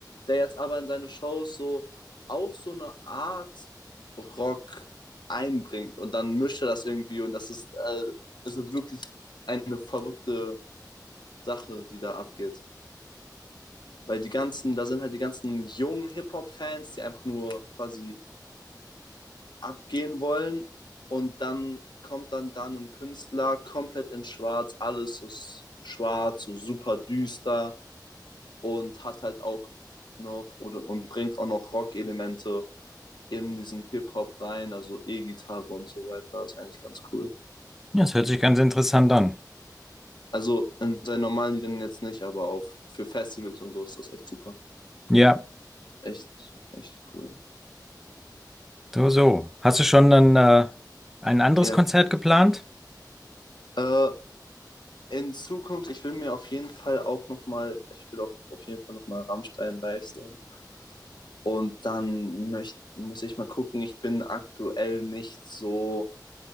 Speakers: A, on the left; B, in the centre.
A: der jetzt aber in seine Shows so auch so eine Art Rock einbringt und dann mischt er das irgendwie und das ist äh, also wirklich eine verrückte Sache, die da abgeht. Weil die ganzen, da sind halt die ganzen jungen Hip-Hop-Fans, die einfach nur quasi abgehen wollen. Und dann kommt dann da ein Künstler komplett in schwarz, alles ist schwarz, so super düster und hat halt auch noch oder und bringt auch noch Rock-Elemente in diesen Hip-Hop rein, also E-Gitarre und so weiter. Das ist eigentlich ganz cool.
B: Ja, das hört sich ganz interessant an.
A: Also in seinen normalen Liedern jetzt nicht, aber auf für Festivals und so ist das echt super.
B: Ja,
A: Echt, echt cool.
B: so, so. Hast du schon dann, äh, ein anderes
A: Ja.
B: Konzert geplant?
A: Yeah. Äh, in Zukunft, ich will mir auf jeden Fall auch nochmal, ich will auch auf jeden Fall nochmal Rammstein live sehen. Und dann möcht, muss ich mal gucken, ich bin aktuell nicht so